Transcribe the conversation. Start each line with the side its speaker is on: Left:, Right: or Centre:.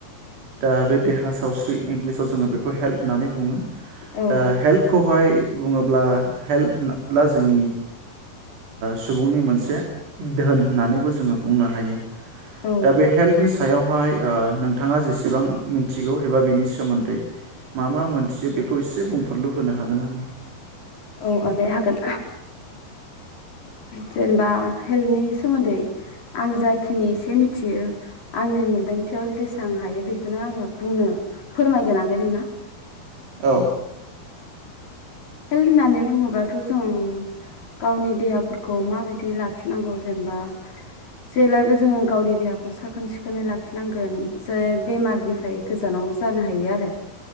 Right: दा बे देहा सावस्रि इंगलिसाव जोंङो बेखौ खौ हेल्थ होननानै बुंङो
Left: औ
Right: दा हेल्थखौहाय बुङोब्ला हेल्थला जोंनि सुबुंनि ओ मोनसे दोहोन होननानैबो जोंङो बुंनो हायो।
Left: औ
Right: दा बे हेल्तनि सा सायावहाय ओ नोंथांङा जेसेबां मिथि गौ एबा बिनि सोमोन्दै मा मा मोनथियो बेखौ एसे बुंफोरलु होनो हागोन नामा?
Left: औ आगै हागोन जेनेबा हेल्थनि सोमोन्दै आं जाखिनि एसे मिथियो आंनि मोनदांथियाव जेसां हायो बेखौनो आङो बुंनो फोरमायगोन आगै नोंनो।
Right: औ
Left: हेल्थ होननानै बुङोबाथ' जों गावनि देहाफोरखौ माबायदि लाखिनांगौ जेनेबा जेब्लायबो जोंङो गावनि देहाखौ साखोन सिखोनै लाखिनांगोन जे बेमारनिफ्राय गोजानाव जानो हायो आरो